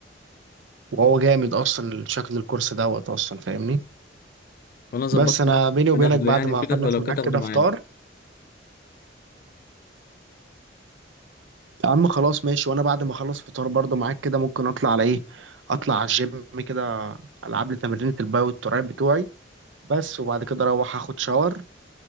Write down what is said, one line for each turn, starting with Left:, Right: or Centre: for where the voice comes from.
Right: وهو جامد اصلا شكل الكورس دوت اصلا فاهمني
Left: وانا ظبطت
Right: بس انا
Left: إن هو
Right: بيني وبينك
Left: بناخده
Right: بعد
Left: يعني
Right: ما
Left: وكده
Right: اخلص
Left: فلو
Right: معاك
Left: كده تاخده
Right: كده
Left: معانا
Right: فطار يا عم خلاص ماشي وانا بعد ما اخلص فطار برضو معاك كده ممكن اطلع على ايه اطلع على الجيم كده العب لي تمرينة الباي والتراي بتوعي بس وبعد كده اروح اخد شاور